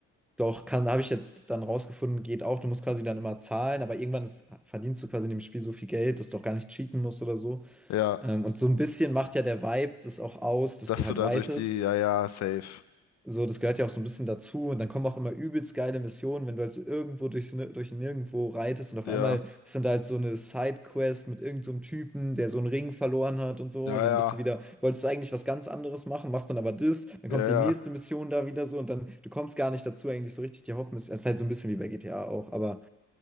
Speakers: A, in the centre; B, on the left.
A: doch, kann, habe ich jetzt dann rausgefunden, geht auch. Du musst quasi dann immer zahlen, aber irgendwann ist, verdienst du quasi in dem Spiel so viel Geld, dass du auch gar nicht cheaten musst oder so.
B: Ja,
A: Ähm, und so ein bisschen macht ja der Vibe das auch aus, dass
B: dass
A: du halt
B: du da
A: reitest.
B: durch die, ja, ja, safe.
A: So, das gehört ja auch so ein bisschen dazu. Und dann kommen auch immer übelst geile Missionen, wenn du halt so irgendwo durchs, Ni- durch Nirgendwo reitest und auf
B: Ja,
A: einmal ist dann da halt so eine Sidequest mit irgendeinem so einem Typen, der so einen Ring verloren hat und so.
B: ja,
A: Und dann
B: ja,
A: bist du wieder, wolltest du eigentlich was ganz anderes machen, machst dann aber das, dann
B: ja,
A: kommt
B: ja.
A: die nächste Mission da wieder so und dann, du kommst gar nicht dazu, eigentlich so richtig die Hauptmission. Es ist halt so ein bisschen wie bei GTA auch, aber